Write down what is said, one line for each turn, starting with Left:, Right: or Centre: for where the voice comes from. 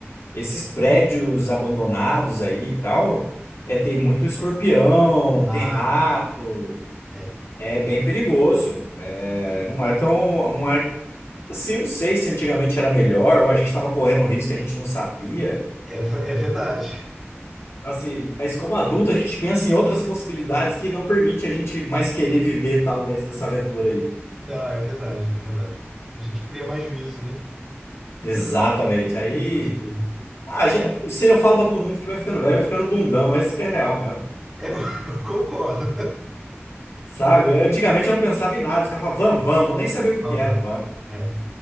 Left: Esses prédios abandonados aí e tal, é, tem muito escorpião,
Centre: Ah,
Left: tem rato,
Centre: é,
Left: é bem perigoso. É, não é tão, não é assim, não sei se antigamente era melhor ou a gente estava correndo risco que a gente não sabia.
Centre: é, ve- é verdade.
Left: Então, Assim, mas como adulto a gente pensa em outras possibilidades que não permite a gente mais querer viver talvez essa aventura aí.
Centre: Não, é verdade, é verdade. A gente cria mais juízo, né?
Left: Exatamente. Aí,
Centre: as coisas.
Left: ah, já- não sei, eu falo pra todo mundo que vai ficando velho, vai ficando bundão, esse que é real mesmo.
Centre: Eu, <laughs> eu concordo.
Left: Sabe? antigamente eu não pensava em nada, eu ficava, vamos, vamos, eu nem sabia o que
Centre: Bom,
Left: que era, vamos.
Centre: É.